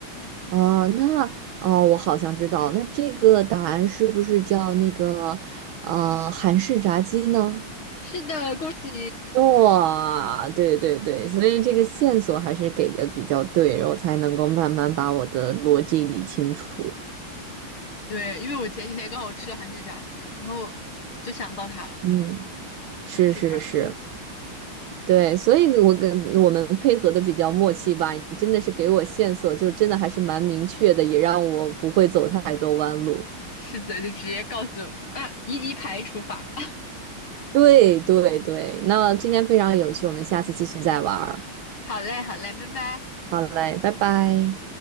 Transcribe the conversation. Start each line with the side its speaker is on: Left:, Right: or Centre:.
Right: 啊？那哦，我好像知道，那这个答案是不是叫那个呃韩式炸鸡呢？
Left: <laughs> 是的，恭喜
Right: 哇，对对对，所以这个线索还是给的比较对，然后才能够慢慢把我的逻辑理清楚。
Left: 对，因为我前几天刚好吃了韩式炸鸡，然后就想到它了，
Right: 嗯，是是是，
Left: 想吃炸鸡。
Right: 对，所以我跟我们配合的比较默契吧。你真的是给我线索，就是真的还是蛮明确的，也让我不会走太多弯路。
Left: 是的，就直接告诉我，嗯，一级排除法。<laughs>
Right: 对对对，那今天非常有趣，我们下次继续再玩儿。
Left: 好嘞，好嘞，拜拜。
Right: 好嘞，拜拜。